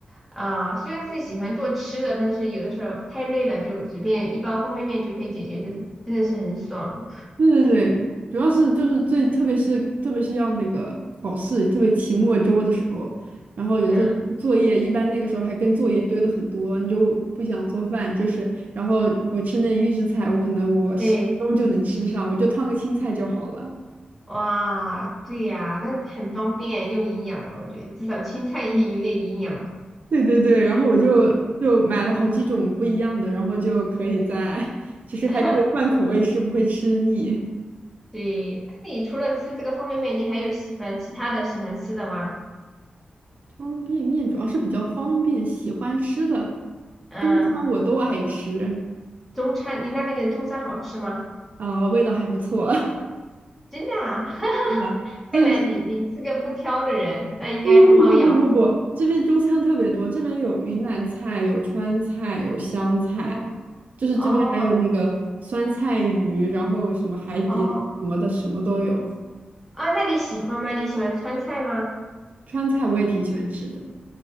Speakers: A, in the centre; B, on the right.
A: 啊、呃虽然自己喜欢做吃的，但是有的时候太累了，就随便一包方便面就可以解决的，真的是很爽。
B: 对对对，主要是就是最特别是特别是要那个考试，特别期末周的时候，然后有的时候作业一般那个时候还跟作业堆的很多，
A: 嗯，
B: 你就不想做饭，就是然后我吃那预制菜，我可能我十分钟就能吃上，
A: 对，
B: 我就烫个青菜就好了。
A: 哇，对呀、那很方便又营养了，我觉得至少青菜也有点营养。
B: 对对对，然后我就就买了好几种不一样的，然后就可以在，其实还可以换口味吃，
A: <laughs>
B: 不会吃腻。
A: 对，那你除了吃这个方便面，你还有喜欢其他的喜欢吃的吗？
B: 方便面主要是比较方便，喜欢吃的
A: 嗯。
B: 中餐我都爱吃，
A: 中餐，你那边的中餐好吃吗？
B: 啊、味道还不错，
A: 真的啊，<laughs>
B: <laughs> 真的。
A: 看来你你是个不挑的人，
B: 这
A: 那应该很好养。
B: 不不不不不不，这边中餐特别多，这边有云南菜，有川菜，有湘菜，
A: 哦
B: 就是这边还有那个酸菜鱼，
A: 哦
B: 然后什么海底什么的，
A: 哦
B: 什么都有。
A: 啊，那你喜欢吗？你喜欢川菜吗？
B: 川菜我也挺喜欢吃的。